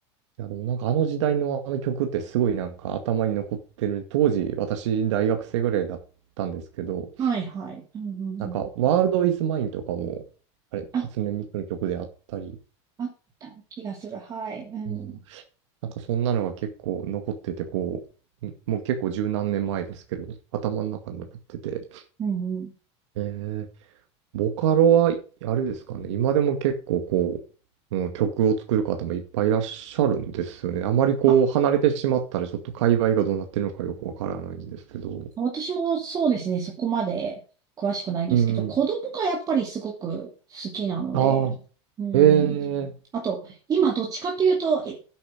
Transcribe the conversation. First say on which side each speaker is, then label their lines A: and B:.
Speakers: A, on the right (about 85°); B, on the right (about 25°).
A: いやでもなんかあの時代のあの曲ってすごいなんか頭に残ってる。当時私大学生ぐらいだったんですけど、
B: はいはい。うんうんうん。
A: なんか、ワールドイズマインとかも、あれ、
B: あ、
A: 初音ミクの曲であったり、
B: あった気がする。はい。うん。
A: うん、なんかそんなのが結構残ってて、こう、んもう結構十何年前ですけど、頭の中に残ってて、
B: うんうん。
A: えー、ボカロは、あれですかね、今でも結構こう、うん、曲を作る方もいっぱいいらっしゃるんですよね。あまりこう、
B: あ、
A: 離れてしまったら、ちょっと界隈がどうなってるのかよくわからないんですけど。
B: 私もそうですね。そこまで詳しくないんですけど、
A: うん。
B: 子供がやっぱりすごく好きなので、
A: ああ、
B: うん。
A: ええ、
B: あと、今どっちかというと、え